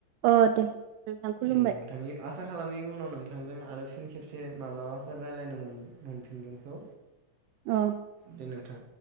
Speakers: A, on the right; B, on the right.
A: अ दे नोंथां खुलुमबाय
B: दे नोंथांनि आसा खालामि उनाव नोंथांजों आरो फिन खेबसे माब्लाबाफोर रायलायनो मोन मोनफिनगोनखौ।
A: औ
B: दे नोंथां